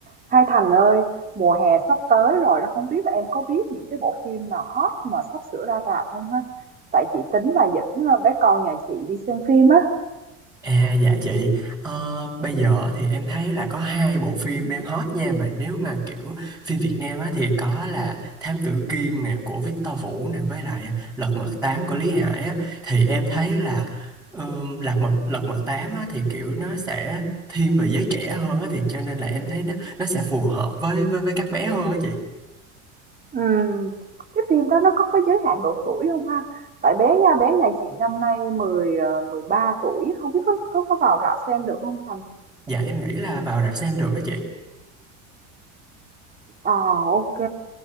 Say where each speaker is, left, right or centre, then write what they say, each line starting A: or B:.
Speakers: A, on the right; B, in the centre.
A: Hai Thành ơi, mùa hè sắp tới rồi đó, không biết là em có biết những cái bộ phim nào hot mà sắp sửa ra rạp không ha? Tại chị tính là dẫn ờ, bé con nhà chị đi xem phim á.
B: À dạ chị, ờ, bây giờ thì em thấy là có hai bộ phim đang hot nha mà nếu mà kiểu phim Việt Nam á thì có là Thám Tử Kiên nè của Victor Vũ nè với lại Lật Mặt Tám của Lý Hải á thì em thấy là ừm, Lật Mặt Lật Mặt Tám á thì kiểu nó sẽ thiên về giới trẻ hơn á thì cho nên là em thấy nó nó sẽ phù hợp với với với các bé hơn á chị.
A: Ừm, cái phim đó nó có có giới hạn độ tuổi không ha? Tại bé nha, bé nhà chị năm nay 10 ờ, 13 tuổi, không biết có có có vào rạp xem được không Thành?
B: Dạ em nghĩ là vào rạp xem được á chị.
A: Ờ ok.